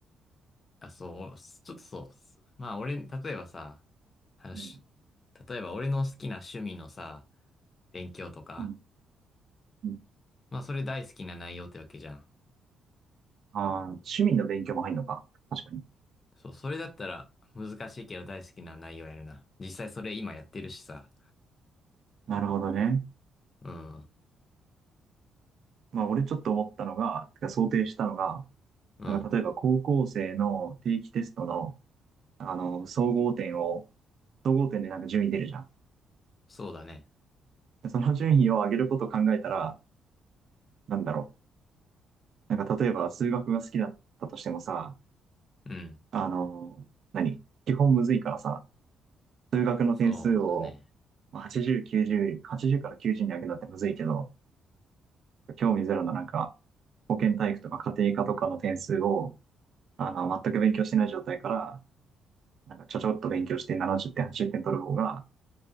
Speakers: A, on the left (about 35°); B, on the right (about 60°).
A: あ、そう、ちょっとそう。まあ、俺、例えばさ、話、
B: うん。
A: 例えば俺の好きな趣味のさ、勉強とか、
B: うん。うん
A: まあ、それ大好きな内容ってわけじゃん。
B: あー、趣味の勉強も入るのか。確かに。
A: そう、それだったら難しいけど大好きな内容やるな。実際それ今やってるしさ。
B: なるほどね。
A: うん、
B: まあ、俺ちょっと思ったのが、てか想定したのが、
A: うん、
B: なんか例えば高校生の定期テストのあの、総合点を、総合点でなんか順位出るじゃん。
A: そうだね。
B: その順位を上げることを考えたら、なんだろう。なんか例えば数学が好きだったとしてもさ、
A: うん、
B: あの、何基本むずいからさ、数学の点数を
A: そうだね。
B: まあ80、90、80から90に上げるのってむずいけど、興味ゼロのなんか保健体育とか家庭科とかの点数を、あの、全く勉強してない状態から、なんかちょちょっと勉強して70点、80点取る方が、